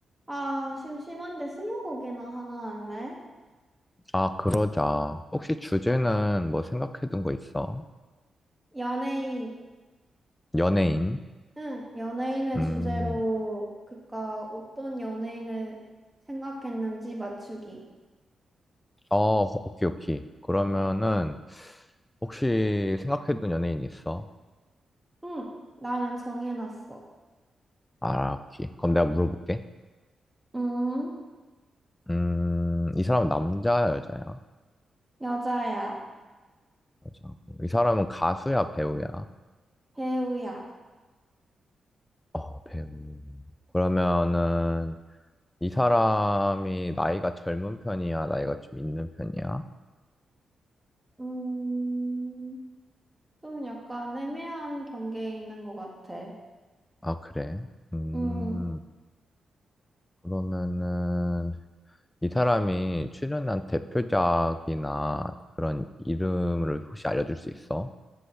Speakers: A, on the right; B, on the left.
A: 아, 심심한데 스무고개나 하나 할래?
B: 아, 그러자. 혹시 주제는 뭐 생각해둔 거 있어?
A: 연예인,
B: 연예인?
A: 응, 연예인을
B: 음,
A: 주제로, 그니까 어떤 연예인을 생각했는지 맞추기.
B: 어, 오케이, 오케이. 그러면은, 혹시 생각해둔 연예인 있어?
A: 응, 나는 정해놨어.
B: 아, 오케이. 그럼 내가 물어볼게.
A: 음,
B: 음, 이 사람은 남자야, 여자야?
A: 여자야,
B: 여자고. 이 사람은 가수야, 배우야?
A: 배우야.
B: 어, 배우. 그러면은, 이 사람이 나이가 젊은 편이야? 나이가 좀 있는 편이야?
A: 음, 좀 약간 애매한 경계에 있는 것 같아.
B: 아, 그래. 음,
A: 음,
B: 그러면은, 이 사람이 출연한 대표작이나 그런 이름을 혹시 알려줄 수 있어?